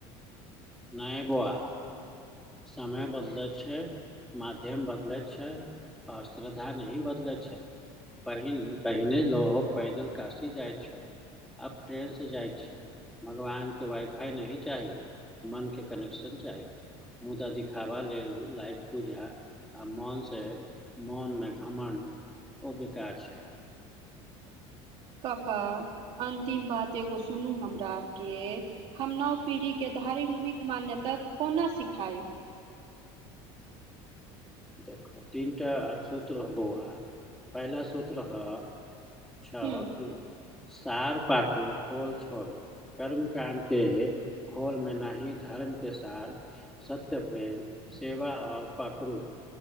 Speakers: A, in the centre; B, on the right.
A: नै बौआ। समय बदलैत छै माध्यम बदलैत छै और श्रद्धा नहि बदलै छै। पहि पहिने लोक पैदल कासी जाइत छल। आब ट्रेनसँ जाइत छै, भगवानके वाइफाइ नहि चाही। मनके कनेक्शन चाही। मुदा दिखावा लेल लाइव पूजा आ मोनसे मोनमे घमण्ड, ओ बेकार छै।
B: कका अंतिम बात एगो सुनू हमरा आर के, हम नव पीढ़ी के धार्मिक मान्यता कोना सिखायब?
A: देखू तीनटा सूत्र ह बौआ, पहिला सूत्र ह छ
B: हूँ
A: कि सार पाकुर खोल छोड़ू कर्म काण्ड के खोल मे न ही, धर्म के सार सत्य, प्रेम, सेवा और पखरू